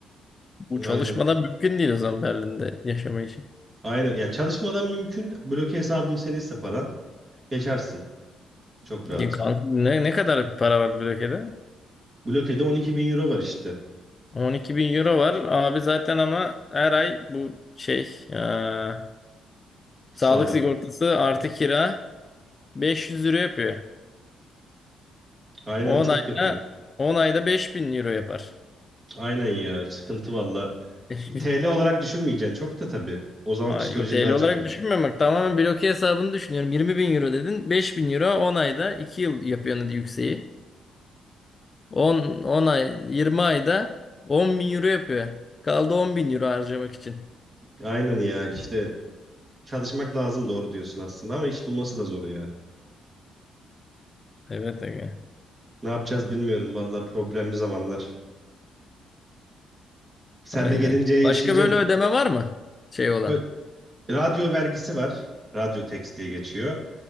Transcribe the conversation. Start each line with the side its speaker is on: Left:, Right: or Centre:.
Left: Bu çalışmadan
Right: aynen.
Left: mümkün değil o zaman Berlin'de yaşamak için.
Right: Aynen. Ya çalışmadan mümkün. Bloke hesabın seniyse paran yaşarsın. Çok rahat.
Left: Ya kanka ne, ne kadar para vardı blokede?
Right: Bloke'de 12 bin euro var işte.
Left: 12 bin euro var. Abi zaten ama her ay bu şey eee,
Right: Sağlık.
Left: sağlık sigortası artı kira 500 euro yapıyor.
Right: Aynen
Left: 10
Right: çok
Left: ayda
Right: yapıyor.
Left: 10 ayda 5000 euro yapar.
Right: Aynen ya. Sıkıntı valla.
Left: <laughs>
Right: E, TL olarak düşünmeyeceksin çok da tabii. O zaman
Left: Ay,
Right: psikolojin
Left: yo, TL
Right: daha çok
Left: olarak
Right: bozulur.
Left: düşünmüyorum bak tamamen bloke hesabını düşünüyorum. 20 bin euro dedin 5000 euro 10 ayda 2 yıl yapıyor hadi yükseği. 10, 10 ay 20 ayda 10 bin euro yapıyor. Kaldı 10 bin euro harcamak için.
Right: Aynen ya işte çalışmak lazım doğru diyorsun aslında ama iş bulması da zor ya.
Left: Evet. aga.
Right: Ne yapacağız bilmiyorum valla problemli zamanlar. Sen
Left: Aynen.
Right: de gelince yaşayacaksın.
Left: Başka böyle ödeme var mı? Şey olan.
Right: Ö- radyo vergisi var. Radyo tax diye geçiyor.